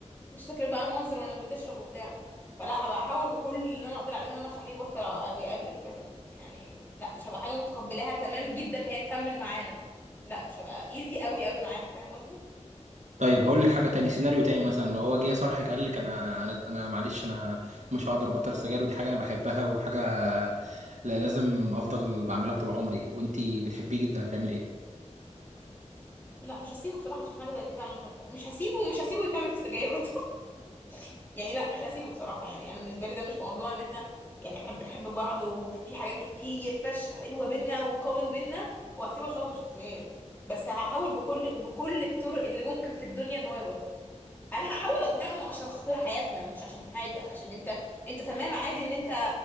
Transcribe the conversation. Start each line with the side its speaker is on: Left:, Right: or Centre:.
Left: مش فكرة بقى المنظر وانك بتشرب وبتاع فلا هبقى احاول بكل اللي انا اقدر عليه ان انا اخليه يبطل او أو يقلل فاهم يعني لا مش هبقى حاجة متقبلاها تمام جدا إن هي تكمل معانا لا مش هبقى ايزي قوي قوي معاها فاهم قصدي
Right: طيب هقول لك حاجه تاني سيناريو تاني مثلا لو هو جه صرحك قال لك انا انا انا معلش انا مش هقدر ابطل السجاير ودي حاجه انا بحبها وحاجه لا لازم افضل بعملها طول عمري وانتي بتحبيه جدا هتعملي ايه
Left: لا مش هسيبه بصراحة عشان حاجة زي كده انا مش مش هسيبه ومش هسيبه يكمل في السجاير برضه <laughs> يعني لا مش هسيبه بصراحة يعني انا بالنسبة لي ده مش موضوع ان احنا يعني احنا بنحب بعض وفي حاجات كتير فشخ حلوة بينا وكومن بينا وهسيبه عشان هو بيشرب سجاير بس هحاول بكل بكل الطرق اللي ممكن في الدنيا ان هو يبطل انا هحاول اقنعهم عشان خاطر حياتنا مش عشان حاجه عشان انت انت تمام عادي ان انت